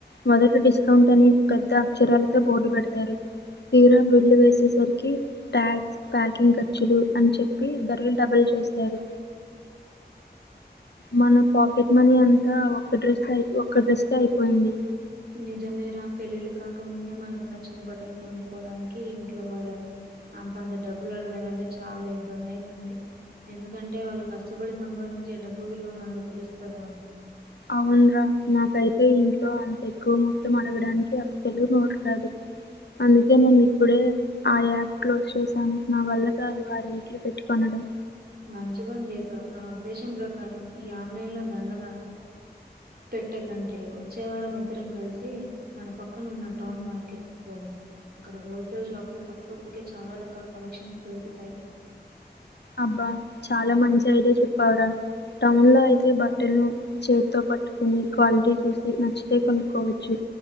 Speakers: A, on the left; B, on the right.
A: మొదట డిస్కౌంట్ అని పెద్ద అక్షరాలతో బోర్డు పెడతారు తీరా బిల్లు వేసేసరికి ట్యాక్స్ ప్యాకింగ్ ఖర్చులు అని చెప్పి ధరలు డబలు చేస్తారు మన పాకెట్ మనీ అంతా ఒక డ్రెస్ కె ఒక్క డ్రెస్ కె అయిపోయింది
B: నిజమే రా పెళ్ళిళ్ళ కాకముందే మనకు నచ్చిన బట్టలు కొనుకోవడానికి ఇంట్లో వాళ్ళను అంతంత డబ్బులు అడగాలంటే చాలా ఇబ్బంది అయితుంది ఎందుకంటే వాళ్ళు కష్టపడి సంపాదించే డబ్బు విలువ మనకు తెలుసు కదా
A: అవున్రా నాకైతే ఇంట్లో అంత ఎక్కువ మొత్తం అడగడానికి అస్సలు నోరు రాదు అందుకే నేను ఇప్పుడే ఆ యాప్ క్లోజ్ చేశాను నా వల్ల కాదు ఆ రేట్లు పెట్టి కొనడం
B: మంచి పని చేశావు నా ఉద్దేశం ప్రకారం ఈ ఆన్లైన్ లో దండగా పెట్టే కంటే వచ్చే వారం ఇద్దరం కలిసి మన పక్కన ఉన్న టౌన్ మార్కెట్కి పోదం అక్కడ హోల్సేల్ షాప్ లో తక్కువకే చాలా రకాల కలెక్షన్స్ దొరుకుతాయి
A: అబ్బా చాలా మంచి ఐడియా చెప్పావురా టౌన్ లో అయితే బట్టలు చేతితో పట్టుకుని క్వాలిటీ చూసి నచ్చితే కొనుక్కోవచ్చు